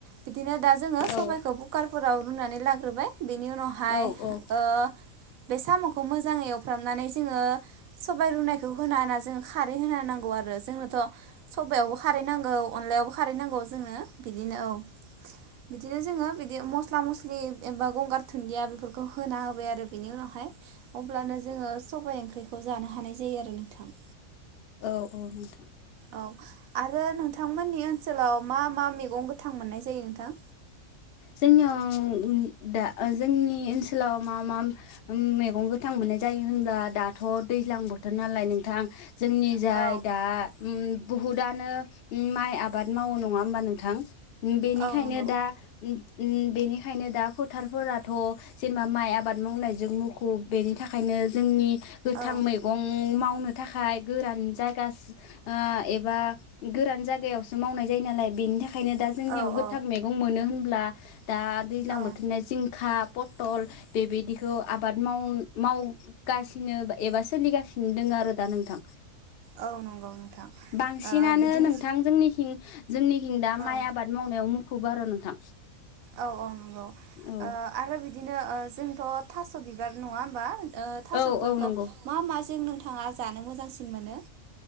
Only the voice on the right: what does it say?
बिदिनो दा जोङो सबायाइखौ
कुकारफोराव रुनानै लाग्रोबाय बेनि उनावहाय
ओ बे साम'खौ मोजाङै खालामामनानै जोङो सबाय रुनायखौ होना होना जों खारै होना नांगौ। आरो जोंनोथ' सबयावबो खारै नांगौ अनलायावबो खारै नांगौ जोंनो बिदिनो औ। बिदिनो जोङो बिदि मस्ला मस्लि एबा गंगार थ दुनदिया बेफोरखौ होना होबाय आरो बिनि उनावहाय अ जोङो सबबाय ओंख्रिखौ जानो हानाय जायो आरो नोंथां।
औ आरो नोंथांमोननि ओनसोलाव मा मा मैगं गोथां मोननाय जायो नोंथां?
औ
औ नंगौ
औ
औ
औ
औ
औ नंगौ नोंथां
ओ बिदिनो
औ
औ औ नंगौ
आरो बिदिनो ओ जों थ' थास' बिबार नङा होमबा? ओ थास'
बिबारखौ
मा माजों नों नोंथाङा जानो मोजांसिन मोनो